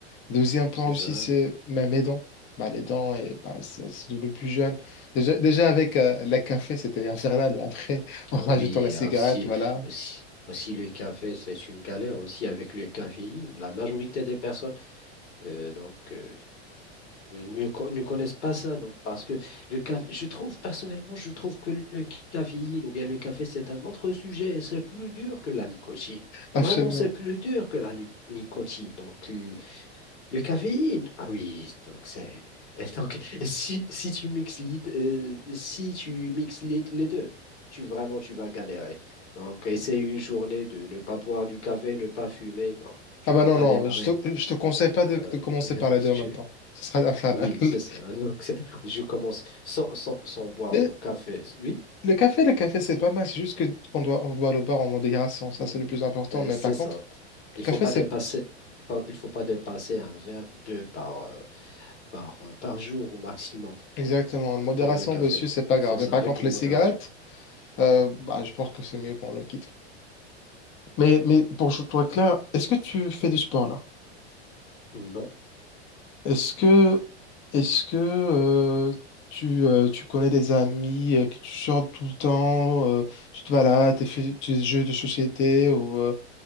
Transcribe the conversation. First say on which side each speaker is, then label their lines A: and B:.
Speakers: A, on the left (about 35°); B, on the left (about 80°).
A: Deuxième point
B: c'est
A: aussi,
B: ça.
A: c'est bah, mes dents. Bah, les dents, et, bah, c'est c'est devenu plus jeune. Déjà, déjà avec euh, la café, c'était infernal. Et après, en
B: Ah
A: rajoutant
B: oui,
A: la
B: et
A: cigarette,
B: aussi,
A: voilà.
B: aussi, aussi le café, c'est une galère aussi avec le caféine. La majorité des personnes, euh, donc, euh, euh, ne, co- ne connaissent pas ça. Donc, parce que le café, je trouve, personnellement, je trouve que le caféine ou bien le café, c'est un autre sujet. C'est plus dur que la nicotine.
A: Absolument.
B: Vraiment, c'est plus dur que la nu- nicotine. Donc, le, le caféine, ah oui, donc c'est. et Donc, si, si tu mixes les, euh, si tu mixes les, les deux, tu vraiment tu vas galérer. Donc, essaye une journée de ne pas boire du café, ne pas fumer. Bon, tu
A: Ah bah
B: peux
A: non,
B: pas
A: non,
B: démarrer.
A: je te, je te conseille pas
B: Euh,
A: de, de commencer
B: <laughs>
A: par les deux en même temps. Ce sera infernal.
B: Ah Oui,
A: <laughs>
B: c'est ça. <laughs> Donc, c'est- je commence sans, sans, sans boire
A: Mais
B: mon café. Oui,
A: le café, le café, c'est pas mal. C'est juste que qu'on doit, on doit le boire en modération. Ça, c'est le plus important.
B: euh,
A: Mais
B: c'est
A: par contre,
B: ça.
A: le
B: Il
A: café,
B: faut pas
A: c'est
B: dépasser, il faut il faut pas dépasser un verre, deux par, euh, par, euh, par jour au maximum
A: Exactement. La modération
B: pour le café.
A: dessus, c'est pas
B: C'est
A: grave.
B: ça,
A: Mais par
B: avec
A: contre,
B: une
A: les
B: modération.
A: cigarettes, euh, bah, je pense que c'est mieux qu'on le quitte. Mais, mais pour que je sois clair, est-ce que tu fais du sport là?
B: Non.
A: Est-ce que, est-ce que euh, tu, euh, tu connais des amis euh, que tu sors tout le temps, euh, tu te balades, tu fais des jeux de société ou euh,